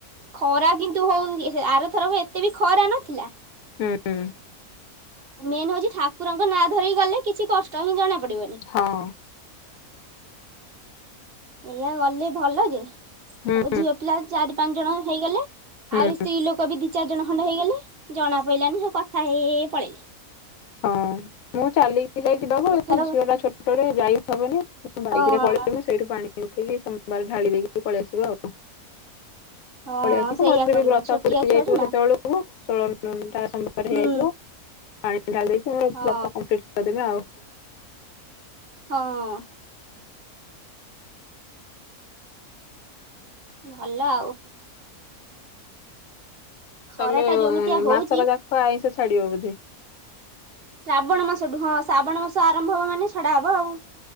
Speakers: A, on the right (about 45°); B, on the left (about 70°).
A: ଖରା କିନ୍ତୁ ହଉ ଆରଥର ଏତେ ବି ଖରା ନଥିଲା।
B: ହୁଁ।
A: ମେନ୍ ହଉଛି ଠାକୁରଙ୍କ ନାଁ ଧରିକି ଗଲେ କିଛି କଷ୍ଟ ହିଁ ଜଣା ପଡିବନି।
B: ହଁ।
A: ଏଇଆ ଗଲେ ଭଲ ଯେ ସବୁ
B: ହୁଁ
A: ଝିଅ ପିଲା ଚାରି ପାଞ୍ଚ ଜଣ ହେଇଗଲେ
B: ହୁଁ
A: ଆହୁରି ସ୍ତ୍ରୀ ଲୋକ ବି ଦି ଚାରି ଜଣ ଖଣ୍ଡେ ହେଇଗଲେ ଜଣା ପ‌ଇଲାନି ସବୁ କଥା ହେଇ ହେଇ ପଳେଇଲେ।
B: ହଁ ମୁଁ ଚାଲିକି ଯା‌ହି ଯିବାକୁ
A: ଏଥର
B: ଝିଅଟା ଛୋଟ‌ଟେ ଯାଇ ହବନି ବାଇକରେ
A: ହଁ
B: ପଳେଇମୁ ସେଇଠୁ ପାଣି ଦେଖିକି ସୋମବାର ଢାଳି ଦେଇକି ପଳେଇ ଆସିବ ଆଉ
A: ହଁ
B: ପଳେଇ ଆସିବୁ
A: ସେଇଆ
B: ମୋର
A: କରିବ
B: ବି ବ୍ରତ
A: ଛୋଟିଆ
B: ପୁରା ହେଇ
A: ଛୁଆଟେ
B: ଯାଇଥିବ
A: ନା
B: ସେତେବେଳକୁ <inaudible> <inaudible>
A: ହୁଁ
B: ପାଣି କରିକି ବ୍ରତ
A: ହଁ
B: କମ୍ପଲିଟ୍ କରି <inaudible>
A: ହଁ। ଭଲ ଆଉ। ଖରା
B: ତମେ
A: ଟା ଯେମିତିଆ ହଉଛି
B: ମାସଟା ଯାକ ଆଇଁଷ ଛା ଛାଡିବ ବୋଧେ।
A: ଶ୍ରାବଣ ମାସଠୁ ହଁ ଶ୍ରାବଣ ମାସ ଆରମ୍ଭ ହବ ମାନେ ଛଡା ହବ ଆଉ।